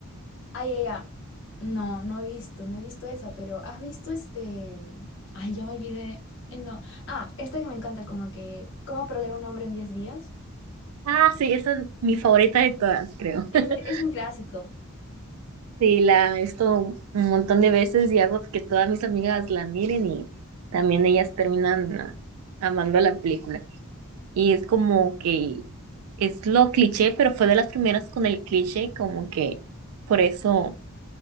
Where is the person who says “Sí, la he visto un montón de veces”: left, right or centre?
Right